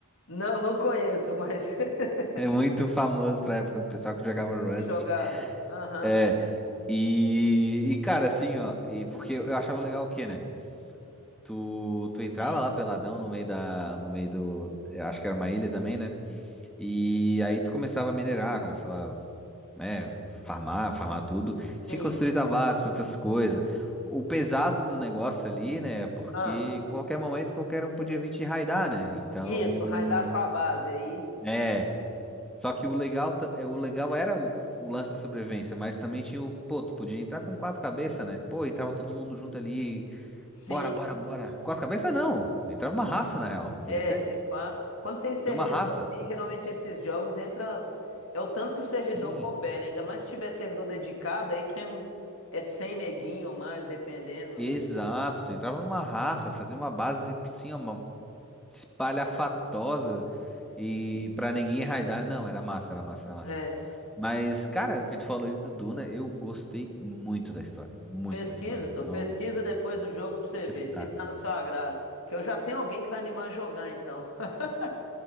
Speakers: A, on the left; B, in the centre.
A: Não, não conheço, mas <laughs>
B: É muito famoso pra época do pessoal que jogava Rust.
A: que jogava. Aham.
B: É, e, e cara, assim, ó, e porque eu achava legal o quê, né? Tu, tu entrava
A: Hum,
B: lá peladão no meio da, no meio do, eu acho que era uma ilha também, né? E aí tu começava a minerar, começava, né, farmar, farmar tudo.
A: sim.
B: Tinha que construir tabasco, essas coisas. O pesado do negócio ali, né, é porque
A: Ah,
B: qualquer momento qualquer um podia vir te raidar, né? Então,
A: isso, raidar sua base aí.
B: é, só que o legal, ta- é, o legal era o, o lance da sobrevivência, mas também tinha o, pô, tu podia entrar com quatro cabeças, né? Pô, entrava todo mundo junto ali,
A: Sim.
B: Bora, bora, bora. Quatro cabeças não. Entrava uma raça, na real. Podia
A: É,
B: ser
A: se pá. Quando tem servidor
B: de uma raça.
A: assim, geralmente esses jogos entra. É o tanto que o servidor
B: Sim,
A: couber, né? Ainda mais se tiver servidor dedicado, aí que é, é 100 neguinho ou mais, dependendo.
B: exato. Tu entrava numa raça, fazia uma base, sim, uma espalhafatosa e pra ninguém raidar. Não, era massa, era massa, era massa.
A: É.
B: Mas, cara, o que tu falou ali do Duna, eu gostei muito da história. Muito
A: Pesquisa,
B: da história. Então,
A: só pesquisa depois do jogo pra você
B: vou precisar.
A: ver se tá no seu agrado. Que eu já tenho alguém que vai animar a jogar, então. <laughs>